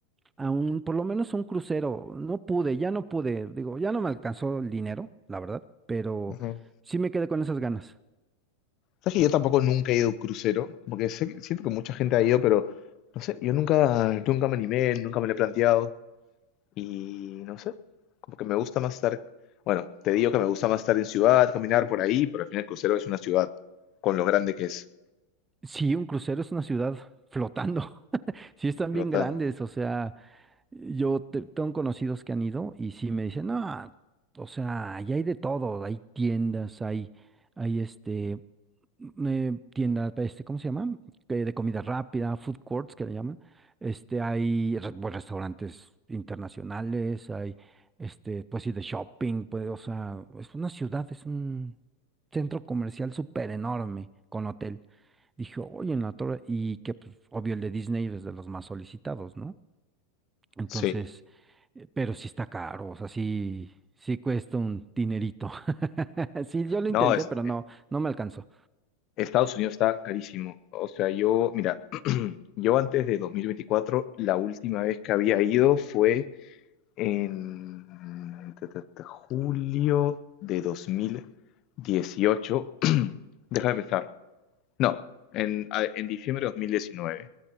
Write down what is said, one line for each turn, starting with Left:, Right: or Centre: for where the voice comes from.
Right: a un, por lo menos a un crucero. No pude, ya no pude, digo, ya no me alcanzó el dinero, la verdad, pero
Left: Ujú.
Right: sí me quedé con esas ganas.
Left: Sabes que yo tampoco nunca he ido a un crucero, como que sé- siento que mucha gente ha ido, pero no sé, yo nunca, nunca me animé, nunca me lo he planteado y no sé, como que me gusta más estar, bueno, te digo que me gusta más estar en ciudad, caminar por ahí, pero al final el crucero es una ciudad con lo grande que es.
Right: Sí, un crucero es una ciudad flotando. <laughs> Sí están
Left: Flotando.
Right: bien grandes, o sea, Yo te- tengo conocidos que han ido y sí me dicen, no, o sea, ahí hay de todo, hay tiendas, hay, hay este, eh, tiendas, este, ¿cómo se llama? Eh, de comida rápida, food courts que le llaman. Este, hay re- pues, restaurantes internacionales, hay, este, pues sí, de shopping, pues, o sea, es una ciudad, es un centro comercial súper enorme con hotel. Dije, oye, en la torre, y que, pues, obvio, el de Disney es de los más solicitados, ¿no? Entonces,
Left: Sí.
Right: eh, pero sí está caro, o sea, sí, sí cuesta un dinerito. <laughs> Sí, yo lo
Left: No,
Right: intenté,
Left: es,
Right: pero no, no me alcanzó.
Left: Estados Unidos está carísimo. O sea, yo, mira, <clears throat> yo antes de 2024, la última vez que había ido fue en ta, ta, ta, julio de 2018. Deja de pensar. No, en, a- en diciembre de 2019.